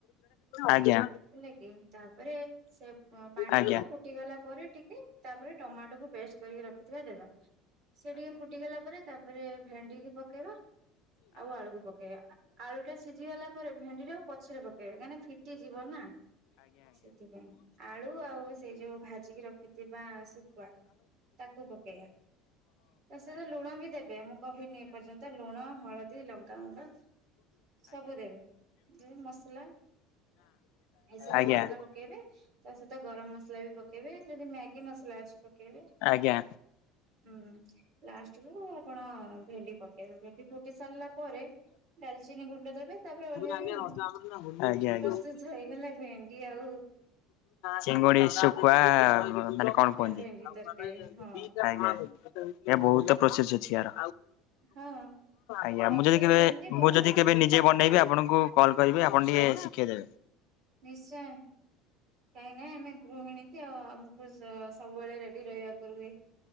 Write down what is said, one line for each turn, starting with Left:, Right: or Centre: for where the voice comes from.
Left: ଆଜ୍ଞା
Right: ହେଲା କିି ତାପରେ ସେ ଉଁ ପାଣି
Left: ଆଜ୍ଞା। ଆଜ୍ଞା ଆଜ୍ଞା ଆଜ୍ଞା
Right: ଦବା ଫୁଟି ଗଲା ପରେ ଟିକେ ତାପରେ ଟମାଟୋକୁୁ ପେଷ୍ଟ୍ କରିକି ରଖିଥିବା ଦେବା। ସେ ଟିକେ ଫୁଟିଗଲା ପରେ ତାପରେ ଭେଣ୍ଡିିକୁ ପକେଇବା ଆଉ ଆଳୁକୁ ପକେଇବା ଆଳୁଟା ସିଝି ଗଲା ପରେ ଭେଣ୍ଡି ଟାକୁ ପଛରେ ପ କେଇବେ କାହିଁକି ନା ଫିଟି ଯିବ ନା ସେଥିପାଇଁ। ଆଳୁ ଆଉ ସେଇ ଯୋଉ ଭାଜିକି ରଖିଥିବା ଶୁଖୁଆ ତାକୁ ପକେଇଆ। ତା ସହିତ ଲୁଣ ବି ଦେବେ ମୁଁ କହିନି ଏପର୍ଯ୍ୟନ୍ତ ଲୁଣ ହଳଦୀ ଲଙ୍କାଗୁଣ୍ଡ ସବୁ ଦେବେ ଏ ମସଲା ଏଇସବୁ
Left: ଆଜ୍ଞା।
Right: ମସଲା
Left: ଆଜ୍ଞା
Right: ପକେଇବେ ତା ସହିତ ଗରମ ମସଲା ବି ପକେଇବେ ଯଦି ମ୍ୟାଗି ମସଲା ଅଛି ପକେଇବେ।
Left: ଆଜ୍ଞା
Right: ହୁଁ। ଲାଷ୍ଟ୍ କୁ ଆପଣ ଭେଣ୍ଡି ପକେଇବେ ଭେଣ୍ଡି ଫୁଟି ସାରିଲା ପରେ ଡାଲଚିନି ଗୁଣ୍ଡ ଦେବେ। ତାପରେ ଓହ୍ଲେଇବେ
Left: ଆଜ୍ଞା
Right: ଆଉ
Left: ଆଜ୍ଞା।
Right: ପ୍ରସ୍ତୁତ ହେଇଗଲା ଭେଣ୍ଡି ଆଉ
Left: ଚିଙ୍ଗୁଡି ଶୁଖୁଆ ମାନେ କଣ କୁହନ୍ତି
Right: ଆଉ ଭେଣ୍ଡି
Left: ଆଜ୍ଞା
Right: ତରକାରୀ ହଁ
Left: ଆଜ୍ଞା। ଏ ବହୁତ ପ୍ରୋସେସ ଅଛି ୟାର।
Right: ହଁ
Left: ଆଜ୍ଞା
Right: ପ୍ରସେସ
Left: ମୁଁ ଯଦି କେବେ
Right: ଯେମିତି ଭଲ
Left: ମୁଁ ଯଦି
Right: ଲାଗେ
Left: କେବେ ନି ଯେ ବନେଇବି ଆପଣଙ୍କୁ କଲ୍ କରିବି ଆପଣ ଟିକେ ଶିଖେଇ ଦେବେ।
Right: ନିଶ୍ଚୟ। କାହିଁ ନାଇଁ ଆମେ ଗୃହିଣୀ ଟି ଆଉ ଆମକୁ ସ ସବୁବେଳେ ରେଡି ରହିବାକୁ ରୁହେ।